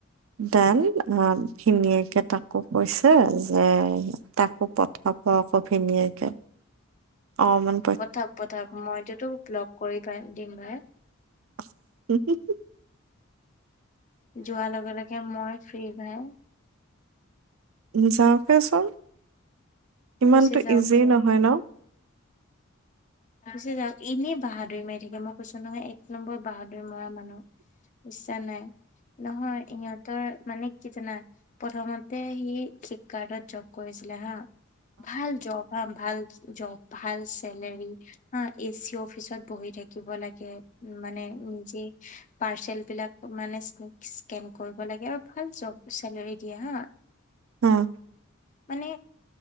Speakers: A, on the right (about 75°); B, on the left (about 35°).
A: দান, আঁহ ভিনিয়েকে কৈছে যে তাকো পথাওক। ককাইৰ ভিনিয়েকে। অঁহ', মান
B: পঠাউক-পঠাওক। মইটোতো ব্লক কৰি পেলাই দিম হে।
A: হয় নেকি।
B: যোৱাৰ লগে-লগে মই ফ্ৰী ভাই।
A: যাওকেচোন ইমানটো
B: গুচি যাওঁক
A: ইজি
B: গে।
A: নহয় ন
B: তাৰপিছত যাওঁক। এনেই বাহাদুৰি মাৰি থাকে, মই কৈছো নহয় এক নম্বৰ বাহাদুৰ মৰা মানুহ ইচ্ছা নাই। নহয় ইহঁত- ৰ মানে কি জানা প্ৰথমতে সি ফ্লিপকাৰ্টত জব কৰিছিলে হাঁ। ভাল জব হাঁ, ভাল জব, ভাল চেলাৰী। হাঁ, এ চি অফিচত বহি থাকিব লাগে মানে নিজে। পাৰ্চেল বিলাক মানে স্কেন কৰিব লাগে আৰু ভাল জব চেলাৰী দিয়ে হাঁ।
A: উমঁ।
B: মানে